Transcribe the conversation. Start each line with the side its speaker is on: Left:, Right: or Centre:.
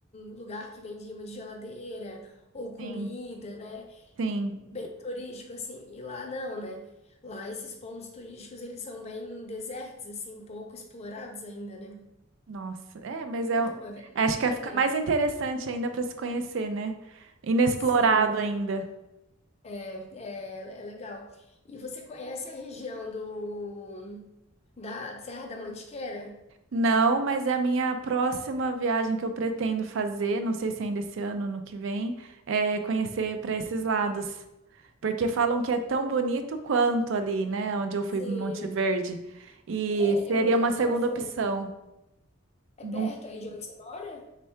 Left: lugar que vende imã de geladeira, ou comida,
Right: Sim,
Left: né?
Right: sim.
Left: Bem turístico assim. E lá não, né? Lá esses pontos turísticos, eles são bem desertos assim, pouco explorados ainda, né?
Right: Nossa, é, mas é,
Left: Então
Right: o-
Left: é bem
Right: acho que
Left: diferente.
Right: é, fica mais interessante ainda para se conhecer, né? Inexplorado
Left: Sim,
Right: ainda.
Left: é, é é legal. E você conhece a região do da Serra da Mantiqueira?
Right: Não, mas é a minha próxima viagem que eu pretendo fazer, não sei se ainda esse ano, no que vem, é conhecer para esses lados. Porque falam que é tão bonito quanto ali, né? Onde eu fui
Left: Sim.
Right: em Monte Verde. E
Left: É,
Right: seria
Left: eu nunca,
Right: uma
Left: nunca
Right: segunda
Left: fui.
Right: opção. Não-
Left: É perto aí de onde você mora?